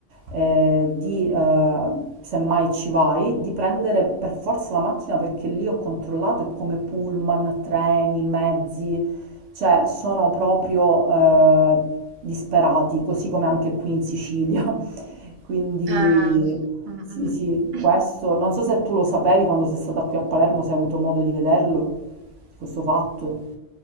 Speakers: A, on the right; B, on the right.
A: eh, di, eh, semmai ci vai, di prendere per forza la macchina perché lì ho controllato è come pullman, treni, mezzi, cioè sono proprio eh, disperati, così come anche qui in Sicilia. <laughs> Quindi
B: Eh, mm,
A: sì,
B: mm.
A: sì,
B: <clears throat>
A: questo, non so se tu lo sapevi quando sei stata qui a Palermo, se hai avuto modo di vederlo, questo fatto.